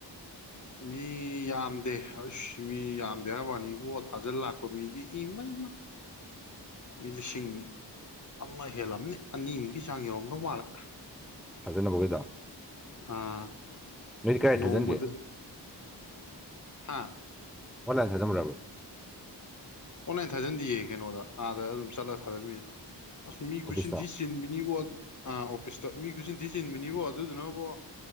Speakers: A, on the left; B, in the centre.
A: ꯃꯤ ꯌꯥꯝꯗꯦ ꯑꯁ ꯃꯤ ꯌꯥꯝꯗꯦ ꯍꯥꯏꯕꯥ ꯋꯥꯅꯤ ꯢꯕꯣ ꯊꯥꯖꯤꯜ ꯂꯥꯛꯄ ꯃꯤꯗꯤ ꯏꯃꯩꯃ <inaudible> ꯃꯤ ꯂꯤꯁꯤꯡ ꯑꯃ ꯍꯦꯜꯂꯝꯅꯤ ꯑꯅꯤꯃꯨꯛꯀꯤ ꯆꯥꯡ ꯌꯧꯔꯝꯗꯧ ꯃꯥꯜꯂꯦ
B: ꯐꯖꯅꯕꯨ ꯎꯨꯢꯗ
A: ꯑꯥ
B: ꯅꯣꯏꯗꯤ ꯀꯥꯏ
A: ꯅꯣꯡꯃꯗ
B: ꯊꯥꯖꯤꯟꯒꯦ
A: ꯍꯥ
B: ꯑꯣꯟꯂꯥꯢꯟ ꯊꯥꯖꯤꯟꯕ꯭ꯔꯥ
A: ꯑꯣꯟꯂꯥꯏꯟ ꯊꯥꯖꯟꯗꯤꯌꯦ ꯀꯩꯅꯣꯗ ꯑꯥꯗ ꯑꯗꯨꯝ ꯆꯠꯂꯒ ꯊꯥꯖꯟꯕꯤꯅꯦ ꯑꯁ ꯃꯤ
B: ꯑꯣꯐꯤꯁꯇ
A: ꯀꯨꯠꯁꯤꯟ ꯊꯤꯅ ꯆꯤꯟꯕꯤꯅꯤꯕꯣ ꯑꯥ ꯑꯣꯐꯤꯁꯇ ꯃꯤ ꯈꯨꯆꯤꯟ ꯊꯤ ꯆꯤꯟꯕꯤꯅꯤꯕꯣ ꯑꯗꯨꯗꯨꯅꯕꯣ